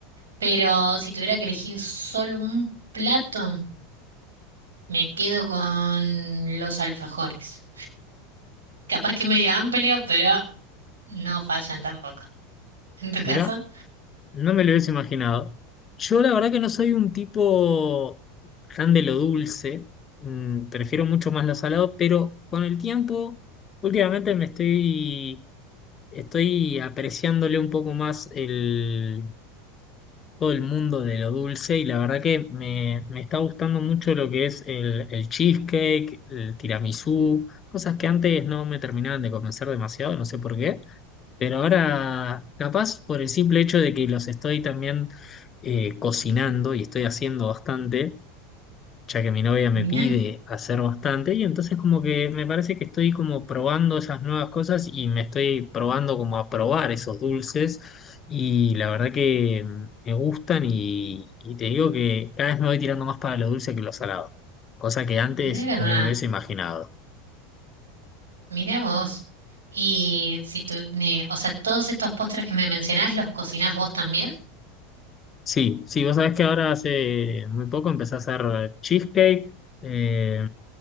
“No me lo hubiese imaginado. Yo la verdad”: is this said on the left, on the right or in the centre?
Left